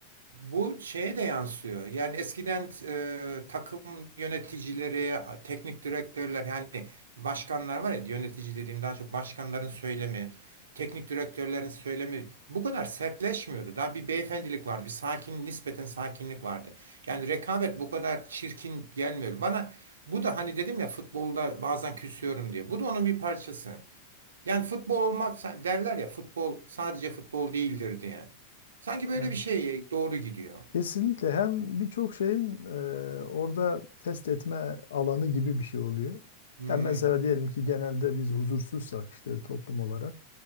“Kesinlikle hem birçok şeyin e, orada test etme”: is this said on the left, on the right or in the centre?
Left